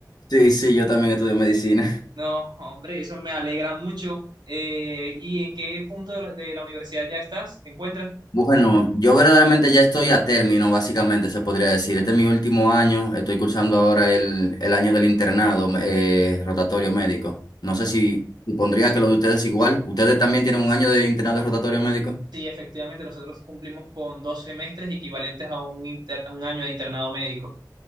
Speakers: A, on the left; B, on the right.
A: Sí, sí, yo también estudio medicina.
B: No, hombre, eso me alegra mucho. Eh, ¿y en qué punto de la, de la universidad ya estás? ¿Te encuentras?
A: Bueno, yo verdaderamente ya estoy a término, básicamente se podría decir. Este es mi último año, estoy cursando ahora el, el año del internado eh, rotatorio médico. No
B: Ah,
A: sé si supondría que lo de ustedes igual. ¿Ustedes también tienen un año de internado rotatorio médico?
B: sí, efectivamente, nosotros cumplimos con dos semestres equivalentes a un, inter- a un año de internado médico.